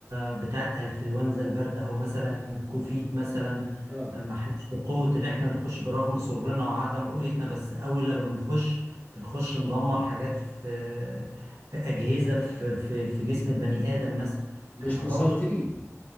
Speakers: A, on the right; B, on the left.
A: بتاعت انفلونزا الباردة او مثلا كوفيد مثلا
B: اه
A: آه، ما احناش بقوة اللي احنا نخش برغم صغرنا وعدم رؤيتنا بس اول لما بنخش بنخش ندمر حاجات في في أجهزة في في في جسم البني آدم مثلا
B: مش
A: احنا
B: مسيطرين
A: برضو